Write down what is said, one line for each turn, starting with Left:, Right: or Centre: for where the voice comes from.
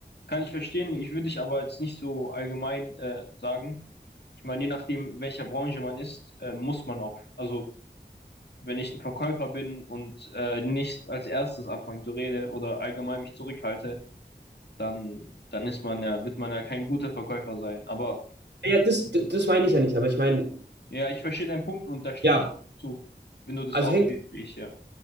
Left: Kann ich verstehen. Ich würde dich aber jetzt nicht so allgemein äh, sagen. Ich meine, je nachdem, welcher Branche man ist, äh, muss man auch. Also, wenn ich ein Verkäufer bin und äh, nicht als erstes anfange zu reden oder allgemein mich zurückhalte, dann, dann ist man ja, wird man ja kein guter Verkäufer sein. Aber
Right: ja, das, d- das meine ich ja nicht, aber ich meine,
Left: Ja, ich verstehe deinen Punkt und da stimme
Right: ja,
Left: ich dir auch zu, wenn du das
Right: also
Left: auch
Right: hängt,
Left: siehst wie ich, ja.